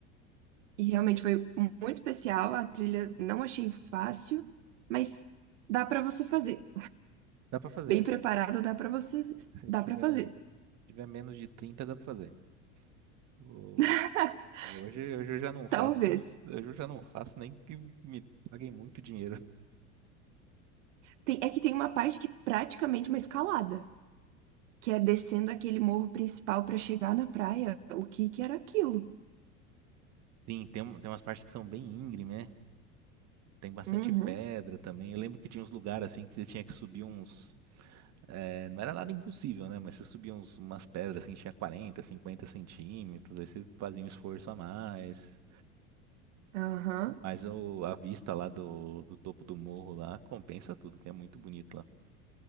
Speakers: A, on the right; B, on the right.
A: e realmente foi muito especial. A trilha não achei fácil, mas dá pra você fazer.
B: Dá pra fazer.
A: Bem preparado, dá pra você,
B: <laughs> Se
A: dá
B: tiver,
A: para fazer.
B: tiver menos de 30, dá pra fazer. O-
A: <laughs>
B: Hoje, hoje eu já não faço.
A: Talvez.
B: Hoje eu já não faço nem que me paguem muito dinheiro. <laughs>
A: Tem- é que tem uma parte que é praticamente uma escalada, que é descendo aquele morro principal pra chegar na praia. O que que era aquilo?
B: Sim, tem, um- tem umas partes que são bem íngreme, né? Tem bastante
A: Uhum.
B: pedra também. Eu lembro que tinha uns lugares assim que você tinha que subir uns. é, não era nada impossível, né? Mas você subia uns, umas pedras assim, tinha 40, 50 centímetros. Aí você fazia um esforço a mais.
A: Aham.
B: Mas o, a vista lá do, do topo do morro lá compensa tudo, que é muito bonito